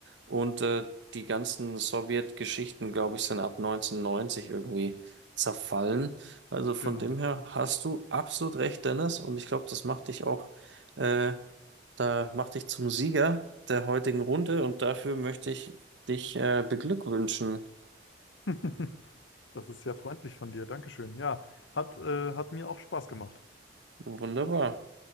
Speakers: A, on the right; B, on the left.
A: Und äh, die ganzen Sowjetgeschichten, glaube ich, sind ab 1990 irgendwie zerfallen. Also von
B: genau.
A: dem her hast du absolut recht, Dennis. Und ich glaube, das macht dich auch äh, da macht dich zum Sieger der heutigen Runde und dafür möchte ich dich äh, beglückwünschen.
B: <laughs> Das ist sehr freundlich von dir. Dankeschön. Ja, hat, äh, hat mir auch Spaß gemacht.
A: Wunderbar.